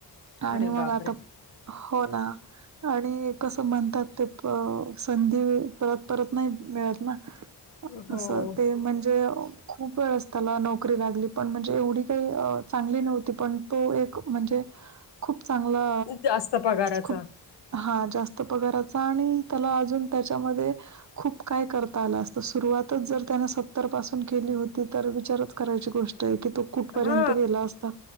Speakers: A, on the right; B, on the left.
A: आणि
B: अरे
A: मग
B: बापरे!
A: आता हो ना आणि कसं म्हणतात ते संधी परत परत नाही मिळत ना
B: <unintelligible> हो.
A: तस ते म्हणजे खूप वेळस त्याला नोकरी लागली पण म्हणजे एवढी काही चांगली नव्हती पण तो एक म्हणजे खूप चांगला
B: जास्त पगाराचा.
A: खूप हा जास्त पगाराचा आणि त्याला अजून त्याच्यामध्ये खूप काय करता आलं असत सुरुवातच जर त्याने सत्तर पासून केली होती तर विचारच करायची गोष्ट तैकी तो कुठपर्यंत
B: हा
A: गेला असता